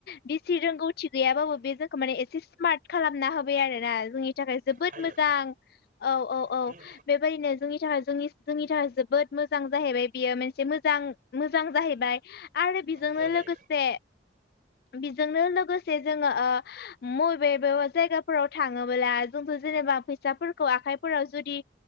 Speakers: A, on the left; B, on the right.
A: बिसि रोंगौथि गैयाबाबो बे जोंखौ माने एसे स्मार्ट खालामना होबाय आरो ना जोंनि थाखाय जोबोद
B: हायो।
A: मोजां औ औ औ
B: उम
A: बेबायदिनो जोंनि थाखाय जोंनि जोंनि थाखाय जोबोद मोजां जाहैबाय बियो मोनसे मोजां मोजां जाहैबाय आरो बेजोंनो
B: मोजां जायो
A: लोगो गोसे बेजोंनो लोगोसे जोङो ओ मबेअबा जायगाफोराव थाङोब्ला जों जेनेबा फैसाफोरखौ आखाइफोराव जुदि